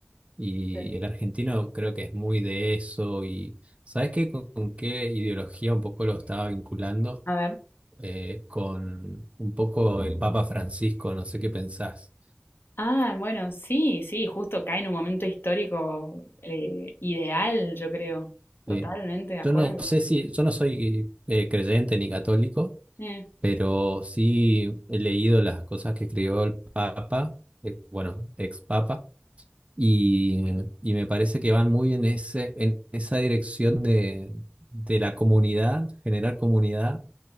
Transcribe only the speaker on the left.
Sí.
A ver.
Ah, bueno, sí, sí, justo cae en un momento histórico eh, ideal, yo creo. Totalmente
de acuerdo.
Eh,